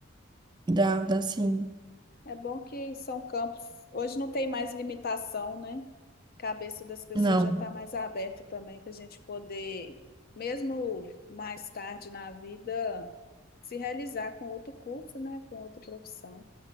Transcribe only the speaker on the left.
É bom que são campos. Hoje não tem mais limitação, né? A cabeça das pessoas
já está mais aberta também para a gente poder, mesmo mais tarde na vida, se realizar com outro curso, né? Com outra profissão.